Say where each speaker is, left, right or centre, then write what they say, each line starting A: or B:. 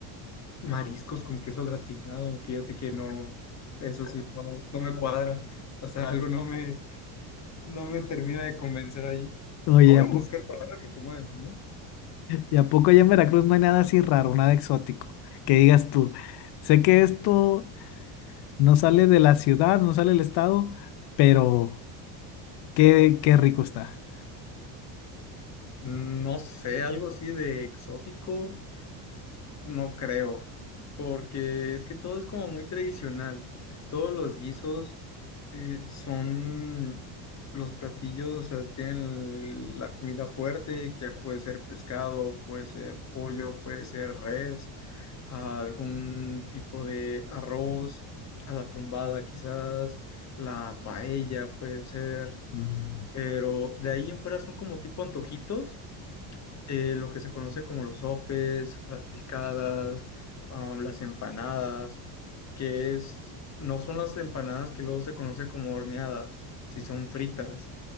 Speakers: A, on the left; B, on the left.
A: Mariscos con queso gratinado, fíjate que no, eso sí, no, no me cuadra, o sea, algo no me, no me termina de convencer ahí.
B: Oye,
A: Lo voy
B: ¿a
A: a
B: po-
A: buscar para verlo, cómo es, ¿no?
B: ¿y a poco allá en Veracruz no hay nada así raro, nada exótico? Que digas tú, sé que esto no sale de la ciudad, no sale del estado, pero qué, qué rico está.
A: Mm, No sé, algo así de exótico, No creo, porque es que todo es como muy tradicional. Todos los guisos eh, son los platillos, o sea, tienen la comida fuerte, que puede ser pescado, puede ser pollo, puede ser res, algún tipo de arroz, a la tumbada quizás, la paella puede ser,
B: Mm,
A: pero de ahí en fuera son como tipo antojitos eh, lo que se conoce como los sopes, las picadas, am, las empanadas, que es, no son las empanadas que luego se conoce como horneadas, si son fritas,